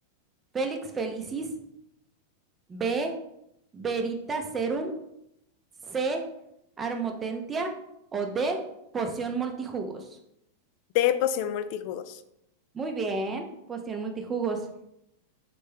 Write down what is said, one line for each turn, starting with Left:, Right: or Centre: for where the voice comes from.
Right: Félix Felicis, B, Verita Serum, C, Armotentia o D, poción multijugos.
Left: De poción multijugos.
Right: Muy bien, poción multijugos.